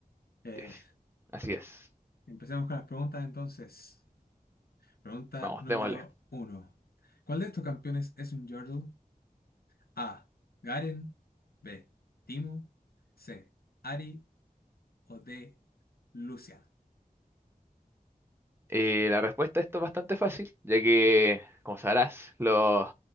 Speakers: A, on the left; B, on the right.
A: Eh,
B: Yes, así es.
A: empecemos con las preguntas entonces. Pregunta
B: Vamos,
A: número
B: démosle.
A: uno. ¿Cuál de estos campeones es un Yordle? A. Garen. B. Timo. C. Ari. O D. Lucian.
B: Y la respuesta a esto es bastante fácil, ya que, como sabrás, los,